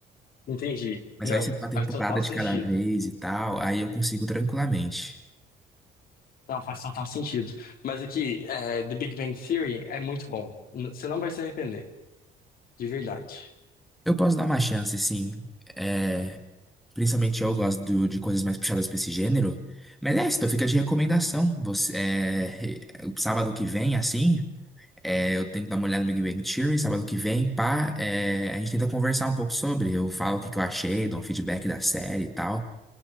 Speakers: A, on the left; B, in the centre.
A: Entendi.
B: mas
A: Não,
B: vai ser uma temporada
A: faz total
B: de
A: sentido.
B: cada vez e tal, aí eu consigo tranquilamente.
A: Não, faz total sentido. Mas aqui, é, The Big Bang Theory é muito bom. N- Você não vai se arrepender, de verdade.
B: Eu posso dar uma chance, sim. É, Principalmente eu gosto do- de coisas mais puxadas pra esse gênero. Mas é isso, então fica de recomendação. Você, é, o sábado que vem, assim, é, eu tento dar uma olhada no Big Bang Theory. Sábado que vem, pá, é, a gente tenta conversar um pouco sobre. Eu falo o que que eu achei, dou um feedback da série e tal.